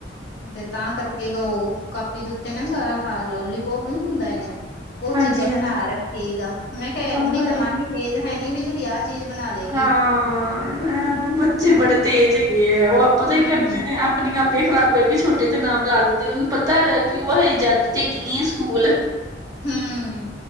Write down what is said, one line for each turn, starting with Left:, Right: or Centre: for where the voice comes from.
Left: ਤੇ ਤਾਂ ਕਰਕੇ ਔਹ, ਕਾਪੀ ਦੇ ਉੱਤੇ ਸਾਰਾ ਲੋਲੀਪੋਪ ਨੀ ਹੁੰਦਾ ਹੈਗਾ ਉਹ
Right: ਹਾਂਜੀ
Left: ਚੀਜ਼ਾਂ
Right: ਹਾਂਜੀ
Left: ਬਣਾ ਰੱਖੇਗਾ। ਮੈਂ ਕਿਹਾ ਐਦਾ
Right: ਹਾਂ ਹਾਏ
Left: ਤਾਂ ਮਨ ਤੇਜ ਹੈ ਨੀ। ਚੀਜ਼ ਬਣਾ ਲੇਗੀ।
Right: ਹਾਂ
Left: <inaudible>
Right: ਬੱਚੇ ਬੜੇ ਤੇਜ਼ ਹੈਗੇ ਆ ਔ ਪਤਾ
Left: ਹੂੰ
Right: ਕੀ ਕਰਦੇ ਨੇ ਆਪਣੀ ਆਪੇ ਖ਼ਰਾਬ ਕਰੇਗੀ, ਛੋਟੇ ਤੇ ਨਾਮ ਲਾ ਦਿੰਦੇ ਔਨੂ ਪਤਾ ਹੈਗਾ ਕਿ ਔ ਹਲੇ ਜਾਂਦੀ ਤੇ ਹੈਗੀ ਨੀ ਸਕੂਲ।
Left: ਹੂੰ,